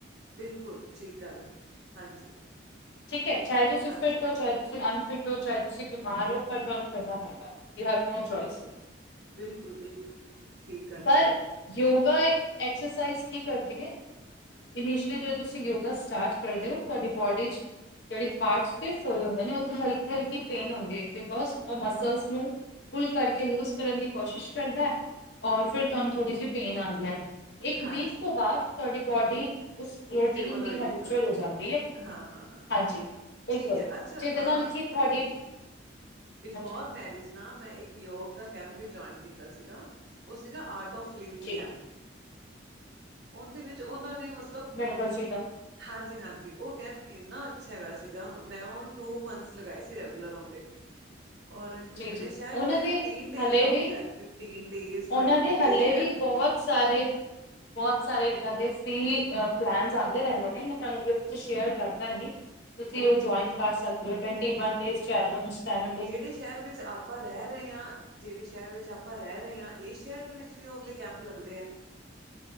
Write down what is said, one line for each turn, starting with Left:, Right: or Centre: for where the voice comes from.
Right: ਬਿਲਕੁਲ ਠੀਕ ਗੱਲ, ਹਾਂਜੀ।
Left: ਠੀਕ ਏ, ਚਾਹੇ ਤੁਸੀਂ
Right: ਹਾਂਜੀ
Left: ਫਿਟ ਓ, ਚਾਹੇ ਤੁਸੀਂ ਅਨਫਿਟ ਓ ਚਾਹੇ ਤੁਸੀਂ ਬਿਮਾਰ ਓ, ਪਰ ਤੁਹਾਨੂੰ ਕਰਨਾ ਪੈਂਦਾ ਨੋ ਚੋਇਸ
Right: ਬਿਲਕੁਲ, ਬਿਲਕੁਲ-ਬਿਲਕੁਲ, ਬਿਲਕੁਲ ਠੀਕ ਗੱਲ
Left: ਪਰ
Right: ਹੈਗੀ ਐ
Left: ਯੋਗਾ ਇੱਕ ਐਕਸਰਸਾਈਜ਼ ਕੀ ਕਰਦੀ ਹੈ। ਇਨੀਸ਼ਲੀ ਜ ਤੁਸੀਂ ਯੋਗਾ ਸਟਾਰਟ ਕਰਦੇ ਹੋ ਤੁਹਾਡੀ ਬੋਡੀ ਚ। ਜਿਹੜੀ ਪਾਰਟਸ ਤੇ ਫਏ ਹੁੰਦੇ ਨੇ ਉਥੇ ਹਲਕੀ ਹਲਕੀ ਪੇਨ ਹੁੰਦੀ ਹੈ ਬਿਕੋਜ ਉਹ ਮਸਲਸ ਨੂੰ। ਫੁੱਲ ਕਰਕੇ ਲੂਜ ਕਰਨ ਦੀ ਕੋਸ਼ਿਸ਼ ਕਰਦਾ।
Right: ਹੈ
Left: ਔਰ ਫਿਰ ਤੁਹਾਨੂੰ ਥੋੜ੍ਹੀ ਜਿਹੀ ਪੇਨ ਆਉਂਦੀ ਹੈ ਇੱਕ
Right: ਹਾਂਜੀ
Left: ਵੀਕ ਤੋਂ ਬਾਅਦ ਤੁਹਾਡੀ ਬੋਡੀ। ਰੋਟੀਨ
Right: ਸਟੇਬਲ
Left: ਦੀ
Right: ਹੋਏਗੀ
Left: ਹਰਚੁਲ
Right: ਥੋੜ੍ਹੀ
Left: ਹੋ ਜਾਂਦੀ ਹੈ।
Right: ਹਾਂ ਹਾਂ ਹਾਂ।
Left: ਹਾਂਜੀ
Right: ਹਾਂ
Left: ਬਿਲਕੁਲ
Right: ਠੀਕ ਹੈ ਅੱਛਾ
Left: ਜਿਦੇ
Right: ਆ
Left: ਨਾਲ ਅਸੀਂ ਤੁਹਾਡੀ।
Right: ਬਿਫੋਰ
Left: ਹਾਂਜੀ
Right: ਮੈਰਿਜ ਨਾ ਮੈਂ ਇੱਕ। ਯੋਗ ਦਾ ਕੈਂਪ ਵੀ ਜੁਆਇਨ ਕੀਤਾ ਸੀਗਾ ਉਹ ਸੀਗਾ ਆਰਟ ਆਫ ਲਿਵਿੰਗ
Left: ਜੀ
Right: ਕੈਂਪ। ਉਹਦੇ ਵਿੱਚ ਉਹਨਾਂ ਨੇ ਮਤਲਬ।
Left: ਦੱਸ ਦਾ।
Right: ਹਾਂਜੀ ਹਾਂਜੀ ਉਹ ਕੈਬ ਇੰਨਾ ਅੱਛਾ ਹੈਗਾ ਸੀਗਾ ਮੈਂ ਉਹ ਟੂ ਮੰਥ। ਲਗਾਏ ਸੀ ਰੈਗੂਲਰ ਹੁੰਦੇ। ਔਰ ਕੀ
Left: ਜੀ
Right: ਕਹਦੇ
Left: ਜੀ
Right: ਸ਼ਾਇਦ
Left: ਉਹਨਾਂ
Right: ਉਹ ਫਿਫਟੀਨ
Left: ਦੇ
Right: ਡੇਜ਼
Left: ਹਲੇ
Right: ਦਾ ਹੁੰਦਾ
Left: ਵੀ
Right: ਹੈ। ਫਿਫਟੀਨ ਡੇਜ਼
Left: ਉਹਨਾਂ
Right: ਟਵੈਂਟੀ
Left: ਦੇ ਹਲੇ
Right: ਡੇਜ਼
Left: ਵੀ
Right: ਐਵੇ।
Left: ਬਹੁਤ ਸਾਰੇ। ਬਹੁਤ ਸਾਰੇ ਇਏਦਾਂ ਦੇ ਫੀ ਪਲੈਨ ਆਉਂਦੇ ਰਹਿੰਦੇ ਨੇ, ਮੈਂ ਤੁਹਾਨੂੰ ਸ਼ੇਅਰ ਕਰਦਾਾਂਗੀ। ਤੁਸੀਂ
Right: ਓਕੇ
Left: ਉਹ ਜੁਆਇਨ ਕਰ ਸਕਦੇ ਹੋ twenty one days day challenge step.
Right: ਜਿਹੜੇ ਸ਼ਹਿਰ ਵਿੱਚ ਆਪਾਂ ਰਹਿ ਰਹੇ ਹਾਂ। ਜਿਹੜੇ ਸ਼ਹਿਰ ਵਿੱਚ ਆਪਾਂ ਰਹਿ ਰਹੇ ਹਾਂ, ਇਸ ਸ਼ਹਿਰ ਦੇ ਵਿੱਚ ਵੀ ਅਗਲੇ ਕੈਂਪ ਲੱਗਦੇ ਆ।